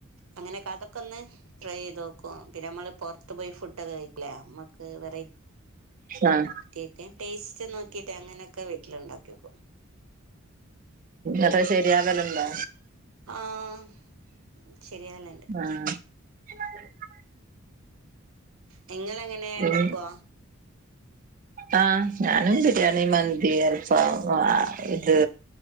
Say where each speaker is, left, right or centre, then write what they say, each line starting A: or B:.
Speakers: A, on the right; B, on the right.
A: അങ്ങനെയൊക്കെ അതൊക്കെ ഒന്ന് ട്രൈ ചെയ്ത് നോക്കും പിന്നെ നമ്മള് പുറത്ത് പോയി ഫു ണ്ട് കെ കഴിക്കുലെ മ്മക്ക് വെറൈ
B: ആഹ്
A: കേക്കെ ടെസ്റ്റ്‌ നോക്കീട്ട് അങ്ങനെ ഒക്കെ വീട്ടിലിണ്ടാക്കിനോ
B: അത്ര ശരിയാതലന്താ
A: ആഹ് ശരിയാലണ്ട്
B: ആഹ് <unintelligible>
A: നിങ്ങളെങ്ങനെ
B: പിൻ
A: ഇണ്ടാക്കുവ
B: ആഹ് ഞാനും ബിരിയാണി മന്തി അൽഫാ ഇത്